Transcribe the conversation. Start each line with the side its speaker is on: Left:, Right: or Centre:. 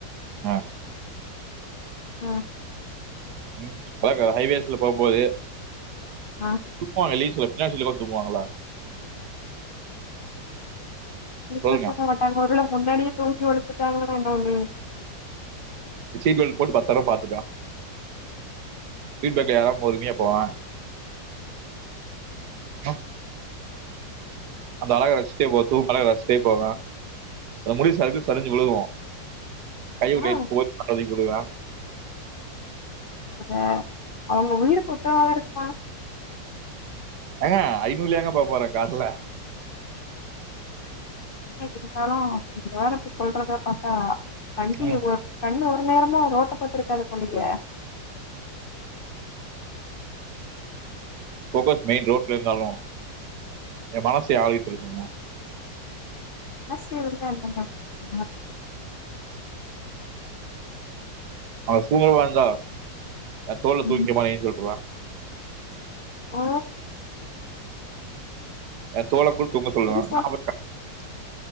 Right: ஆ
Left: ம்
Right: ம் பேக்க ஹைவேஸ்ல போம்போது
Left: ஆ
Right: புஸ்சா வெளிய செல்ல புள்யார் சுழி போட்டு போவாங்ளா
Left: வீட்ல
Right: சொல்லுங்க
Left: தூங்க மாட்டாங்க ஒருவேள முன்னாடியே தூங்கி விழுந்துட்டாங்ன்னா என்ன பண்ணுவீங்க
Right: சீட் பெல்ட் போட்டு பத்தட பாத்துப்ப சீட்பெல்ட் யார பொருமையா போவா ம் அந்த அழக ரஷ்ட்டே போவ் தூங் அழக ரஷ்ட்டே போவ அது முடி சறுக்கி சரிஞ்சு விழுகு கை <unintelligible>
Left: ஆ அ அவங்க உயிர்க்கு உத்தரவாதாம் இருக்குமா
Right: ஏங்க ஐநூறுலயாங்க போப்போற கார்ல
Left: என்னைக் இருந்தாலும் இது வேற சொல்றத பாத்தா வண்டி
Right: ம்
Left: ஒரு கண்ணு ஒரு நேரமா ரோட்ட பாத்துருக்காது போலயே
Right: ஃபோக்கஸ் மெயின் ரோட்ல இருந்தாலும் என் மனச யார்க்கிட்ட இருக்குங்க
Left: மனசு <inaudible>
Right: அவ தூங்கறதா இருந்தா என் தோள்ல
Left: ம்
Right: தூய்ங்க்க மாயின் சொல்ருவ
Left: ஓ
Right: என் தோள்ல கூட தூங்க சொல்வ
Left: சரி
Right: நா <unintelligible>